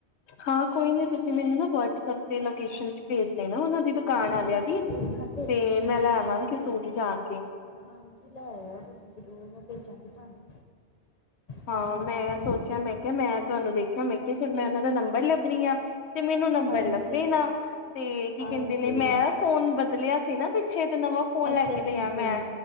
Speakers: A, on the left (about 70°); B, on the left (about 45°).
A: ਹਾਂ ਕੋਈ ਨੀ ਤੁਸੀ ਮੈਨੂੰ ਨਾ ਵਟਸਐਪ ਤੇ ਲੋਕੇਸ਼ਨ ਚ ਭੇਜ ਦੇਨਾ ਉਹਨਾਂ ਦੀ। ਦੁਕਾਨ
B: ਹਾਂਜੀ
A: ਆਲਿਆਂ
B: ਹਾਂਜੀ
A: ਦੀ
B: ਮੈਂ ਭੇਜਾਂਗੀ
A: ਤੇ ਮੈਂ
B: ਤੁਹਾਨੂੰ
A: ਲੈਵਾਂਗੀ ਸੂਟ ਜਾ ਕੇ।
B: ਹਾਂਜੀ ਲੈ ਆਇਓ ਤੁਸੀ ਜ਼ਰੂਰ ਮੈਂ ਭੇਜਾਂਗੀ ਤੁਹਾਨੂੰ।
A: ਹਾਂ
B: ਤਾਂ ਕਰਕੇ
A: ਮੈਂ ਸੋਚਿਆ ਮੈਂ ਕਿਹਾ ਮੈਂ ਤੁਹਾਨੂੰ ਦੇਖਿਆ ਮੈਂ ਕਿਹਾ ਚਲ ਮੈਂ ਉਹਨਾਂ ਦਾ ਨੰਬਰ ਲੱਭਣੀ ਆ। ਤੇ ਮੈਨੂੰ ਨੰਬਰ
B: ਹਾਂਜੀ
A: ਲੱਭੇ ਨਾ। ਤੇ ਕੀ
B: ਹਾਂਜੀ
A: ਕਹਿੰਦੇ ਨੇ ਮੈਂ ਨਾ ਫੋਨ ਬਦਲਿਆ ਸੀ ਨਾ ਪਿੱਛੇ ਤੇ ਨਵਾਂ ਫੋਨ
B: ਅੱਛਾ
A: ਲੈ ਕੇ
B: ਅੱਛਾ
A: ਲਿਆ ਮੈਂ।
B: ਜੀ